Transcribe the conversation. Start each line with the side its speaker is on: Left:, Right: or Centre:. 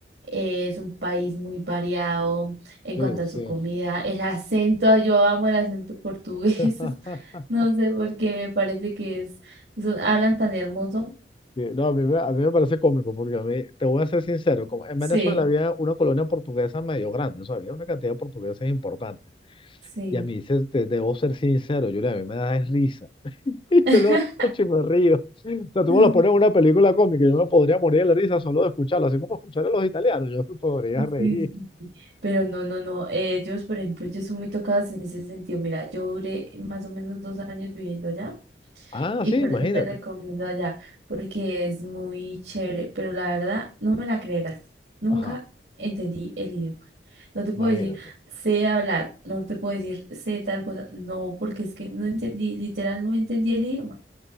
Right: eh, es un país muy variado en
Left: Sí,
Right: cuanto a
Left: sí.
Right: su comida. El acento, yo amo el acento portugués.
Left: <laughs>
Right: <laughs> No sé por qué, me parece que es, son- hablan tan hermoso.
Left: Sí, No, a mí, me, a mí me parece cómico porque a mí, te voy a ser sincero, como en Venezuela
Right: Sí,
Left: había una colonia portuguesa medio grande, o sea, había una cantidad de portugueses importante.
Right: sí.
Left: Y a mí, se- te, debo ser sincero, Julia, a mí me da es risa. <laughs> Y
Right: <laughs>
Left: yo lo escucho y me río. O sea, tú
Right: Sí,
Left: me lo pones en una película cómica, y yo me podría morir de la risa solo de escucharlo, así como escuchar a los italianos, yo me podría reír.
Right: sí. Pero no, no, no. Ellos, por ejemplo, ellos son muy tocados en ese sentido. Mira, yo duré más o menos dos años viviendo allá
Left: Ah,
Right: y
Left: sí,
Right: por
Left: imagínate.
Right: eso te recomiendo allá, porque es muy chévere. Pero la verdad, no me la creerás. Nunca
Left: Ajá,
Right: entendí el idioma. No te puedo
Left: imagínate.
Right: decir sé hablar, no te puedo decir sé tal cosa. No, porque es que no entendí, literal, no entendí el idioma.